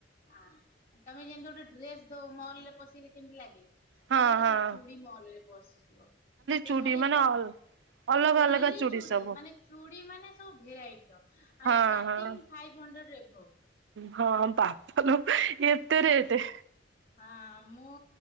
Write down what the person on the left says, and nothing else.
ହଁ, ତମେ ଯେମିତି ଗୋଟେ ଡ୍ରେସ ଦଉ ମଲ ରେ ପସିଗଲେ କେମିତି ଲାଗେ?
ସେ ଗୋଟେ
ଖାଲି ଚୁଡି ମଲରେ ବସିଯିବ। ସେ
ଖାଲି
ଚବ,
ଓନ୍ଲି
ଚୁୁଡ଼ି,
ମାନେ ଚୁଡ଼ି ମାନେ ସବୁ ଭେରାଇଟିର, ଆଉ
ଷ୍ଟାର୍ଟିଙ୍ଗି
ଫାଇଭି ହଣ୍ଡ୍ରେଡ ଏଭବ।
ହଁ, ମୁଁ